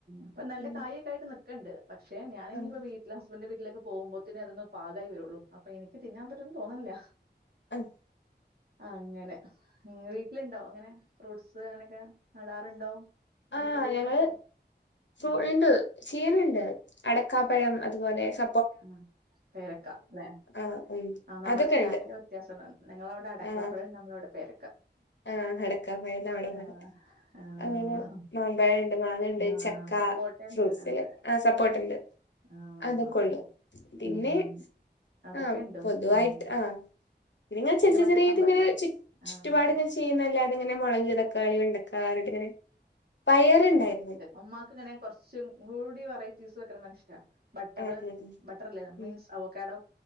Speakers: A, on the right; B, on the left.
A: ഇപ്പൊ നല്ല
B: ഉം
A: കായൊക്കൊയിട്ട് നിക്കണ്ട് പക്ഷെ ഞാൻ ഇനിയിപ്പോ
B: ആഹ്
A: വീ ല് ഹസ്ബൻഡ് വീട്ടിലൊക്കെ പോകുമ്പോത്തിനെ അതൊന്ന് പാകായി വരുള്ളൂ അപ്പോ എനിക്ക് തിന്നൻ പറ്റോന്ന് തോന്നണില്ല.
B: ഉ
A: ആഹ് ങ്ങനെ വീട്ടിലിണ്ടോ അങ്ങനെ ഫ്രൂട്ട്സ് അങ്ങനൊക്കെ നടാറുണ്ടോ? വെജിറ്റബിൾസ്
B: ആഹ് ഞങ്ങള്
A: ആൻഡ് ഫ്രൂ
B: ഫൂ
A: ഉം
B: ഇണ്ട് ചെയ്യണണ്ട് അടക്കാപ്പഴം അതുപോലെ സ
A: ആഹ് പേരക്ക ല്ലെ
B: ആഹ് ഉം
A: ആഹ് നമ്മുടെ
B: അതൊക്കെണ്ട്
A: സ്ലാങ്ങിന്റെ വ്യത്യാസാള്ളത്. നിങ്ങളവിടെ അടക്കാപ്പഴം
B: ആഹ്
A: നമ്മളവിടെ പേരക്ക.
B: ആഹ് അടക്കാപ്പഴം ന്നാ വടെ
A: ആഹ്
B: പറയ.
A: ആഹ്
B: അങ്ങനെ മാമ്പഴണ്ട് മാങ്ങണ്ട്
A: ആഹ്
B: ചക്ക.
A: സപ്പോട്ടണ്ട്
B: ഫ്രൂട്ട്സില്
A: അതെ.
B: ആഹ് സപ്പോട്ടണ്ട്
A: ആഹ്
B: അതൊക്കെള്ളു.
A: ഓക്കെ
B: പിന്നെ
A: ഉം അതൊക്കെണ്ട്
B: ആഹ് പൊതുവായിട്ട്
A: ഉം
B: ആഹ് പിന്നിങ്ങനെ ചെർ
A: പിന്നെ
B: ചെർ
A: മറ്റേ
B: ചെറിയചെറിയെതിങ്ങനെ
A: സംഭവല്ലേ
B: ചു
A: ആഹ്
B: ചുറ്റുപാട് ഇങ്ങെനെ ചെയ്യുന്നല്ലാതെ ഇങ്ങനെ മുളക് തക്കാളി വെണ്ട കാ യിട്ടങ്ങനെ പയറ്ണ്ടായിരുന്നു.
A: ഉമ്മാക്ക്ങ്ങനെ കൊറച്ചും കൂടി വെറൈറ്റീസ് വെക്കണതങ്ങിഷ്ടാ ബട്ടർ
B: ആഹ് ഉം ഉം
A: ബട്ടർ ല്ലേ മീൻസ്
B: ഉം
A: അവോക്കടോ